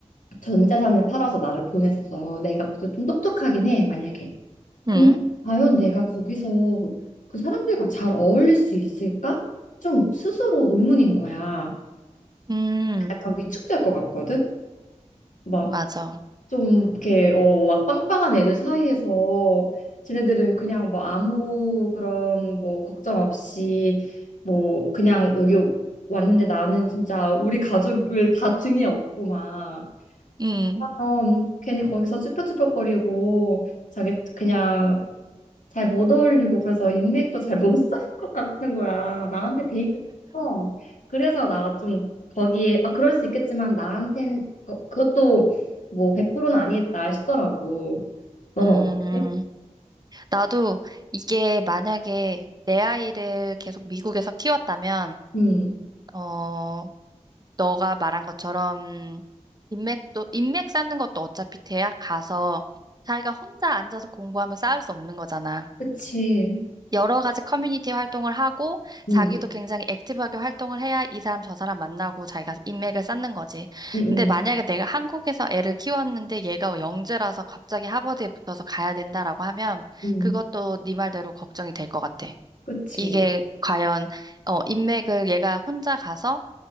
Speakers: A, on the left; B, on the right.
A: 전 재산을 팔아서 나를 보냈어. 내가 그래도 좀 똑똑하긴 해, 만약에. 근데
B: 음,
A: 과연 내가 거기서 그 사람들과 잘 어울릴 수 있을까? 좀 스스로 의문인 거야.
B: 음,
A: 약간 위축될 것 같거든? 막
B: 맞아.
A: 좀 이렇게 어 막 빵빵한 애들 사이에서 쟤네들은 그냥 뭐 아무 그런 뭐 걱정 없이 뭐 그냥 여기 왔는데 나는 진짜 우리 가족을 다 등에 업고 막
B: 음,
A: 어, 괜히 거기서 쭈뼛쭈뼛거리고 자기 그냥 잘 못 어울리고 그래서 인맥도 잘 못 쌓일 것 같은 거야. 나한테 데이트. 어. 그래서 나 좀 거기에 아 그럴 수 있겠지만 나한테는 그- 그것도 뭐 100%는 아니겠다 싶더라고. 너는
B: 음.
A: 어때?
B: 나도 이게 만약에 내 아이를 계속 미국에서 키웠다면,
A: 음.
B: 어, 너가 말한 것처럼 인맥도, 인맥 쌓는 것도 어차피 대학 가서 자기가 혼자 앉아서 공부하면 쌓을 수 없는 거잖아.
A: 그치.
B: 여러 가지 커뮤니티 활동을 하고
A: 음.
B: 자기도 굉장히 액티브하게 활동을 해야 이 사람 저 사람 만나고 자기가 인맥을 쌓는 거지.
A: 음.
B: 근데 만약에
A: 음.
B: 내가 한국에서 애를 키웠는데 얘가 영재라서 갑자기 하버드에 붙어서 가야 된다라고 하면
A: 음.
B: 그것도 네 말대로 걱정이 될 것 같아.
A: 그치.
B: 이게 과연 어 인맥을 얘가 혼자 가서